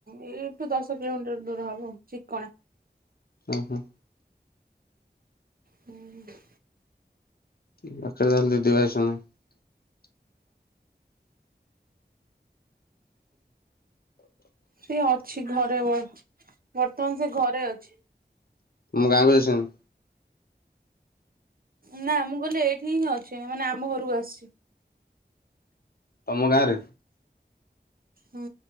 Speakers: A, on the right; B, on the left.
A: ଏଇଠୁ ଦଶ କିଲୋମିଟର ଦୂର ହବ ଚିକଣା।
B: ଓହୋ।
A: ହୁଁ।
B: ପାଖରେ ତାହେଲେ ଦିଦି ବାହା ହେଇଛନ୍ତି। <inaudible>
A: ସେ ଅଛି ଘରେ ବର ବର୍ତ୍ତମାନ ସେ ଘରେ ଅଛି।
B: ତମ ଗାଁ କୁ ଯାଇଛନ୍ତି।
A: ନା ମୁଁ କହିଲି ଏଇଠି ହିଁ ଅଛି ମାନେ ଆମ ଘରକୁ ଆସିଛି।
B: ତମ ଗାଁ ରେ।
A: ହୁଁ